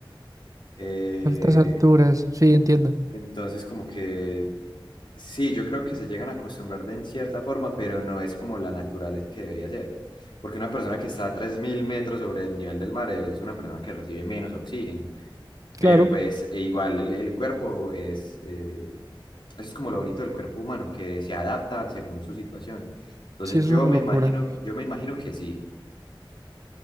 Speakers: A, on the left; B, on the right.
A: Eh,
B: Altas alturas, sí, entiendo.
A: entonces, como que sí, yo creo que se llegan a acostumbrar de en cierta forma, pero no es como la naturaleza que debería ser. Porque una persona que está a 3.000 metros sobre el nivel del mar es una persona que recibe menos oxígeno. Pero
B: Claro,
A: pues e igual el, el cuerpo es, eh, eso es como lo bonito del cuerpo humano, que se adapta según su situación. Entonces
B: sí, eso
A: yo
B: es una
A: me
B: locura.
A: imagino, yo me imagino que sí.